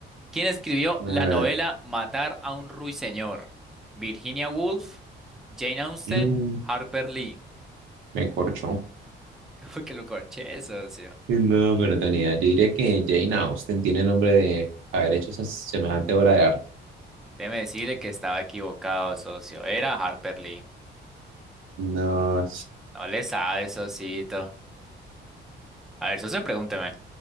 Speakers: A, in the centre; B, on the right.
A: ¿Quién escribió
B: Ah,
A: la novela Matar a un ruiseñor? ¿Virginia Woolf, Jane Austen,
B: no,
A: Harper Lee?
B: me corchó.
A: <laughs> Como que lo corché, socio.
B: No, pero Tony, yo diría que Jane Austen tiene nombre de haber hecho esa semejante obra de arte.
A: Déjeme decirle que estaba equivocado, socio. Era Harper Lee.
B: No,
A: No le sabe, Sosito. A ver, Soso, pregúnteme.